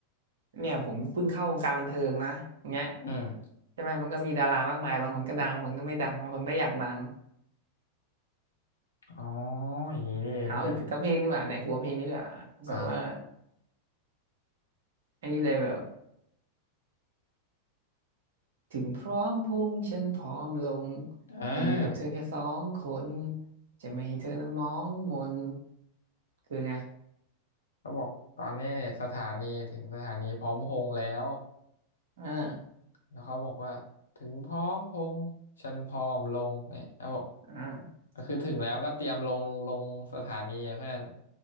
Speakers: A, on the right; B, on the left.
A: เนี่ยผมเพิ่งเข้าวงการบันเทิงนะอย่างเงี้ย
B: อืม
A: ใช่ไหมมันก็มีดารามากมายบางคนก็ดัง บางคนก็ไม่ดังบางคนก็อยากดัง
B: อ๋ออย่างนี้นี่เองเพื่อน
A: เอาอีกสักเพลงดีกว่าเนี่ยกลัวเพลงนี้ดีกว่าแบบว่า
B: อ่ะ
A: อันนี้เลยแบบถึงพร้อมพงษ์ฉันพร้อมลง
B: อ่
A: แต่อยู่กับเธอแค่สองคน
B: า
A: จะไม่ให้เธอนั้นมองมนคือไง
B: เขาบอกตอนนี้เนี่ยสถานีถึงสถานีพร้อมพงษ์แล้ว
A: อ่า
B: แล้วเขาบอกว่าถึงพร้อมพงษ์ฉันพร้อมลงเนี่ยเขาบอก
A: อ่า
B: ก็คือถึงแล้วก็เตรียมลงลงสถานีอะเพื่อน